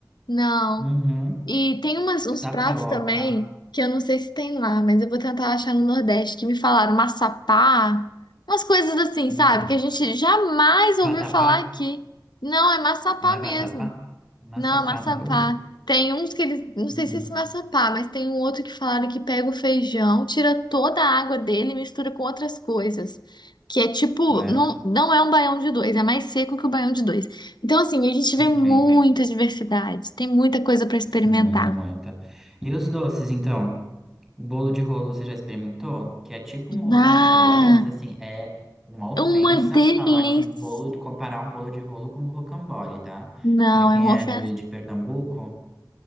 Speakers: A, on the left; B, in the centre.
A: Não.
B: Uhum.
A: E tem umas, uns
B: Tapioca.
A: pratos também que eu não sei se tem lá, mas eu vou tentar achar no Nordeste, que me falaram maçapá, umas coisas assim,
B: Hum.
A: sabe? Que a gente jamais ouviu
B: Vatapá?
A: falar aqui. Não, é maçapá
B: Não é vatapá?
A: mesmo.
B: Maçapá,
A: Não, maçapá.
B: nunca ouvi.
A: Tem uns que eles. Não sei
B: Uhum.
A: se é esse maçapá, mas tem um outro que falaram que pega o feijão, tira toda a água dele e mistura com outras coisas. Que é tipo.
B: Ué,
A: Não, não é um baião de dois, é mais seco que o baião de dois. Então, assim, a gente
B: ok.
A: vê muita diversidade, tem muita coisa para experimentar.
B: Muita, muita. E os doces, então? O bolo de rolo você já experimentou? Que é tipo um rocambole,
A: Ah,
B: mas assim, é uma ofensa
A: é uma delícia!
B: falar que um bolo, de- comparar um bolo de rolo com um rocambole, tá?
A: Não,
B: Pra quem
A: é uma
B: é
A: ofensa.
B: do, de Pernambuco,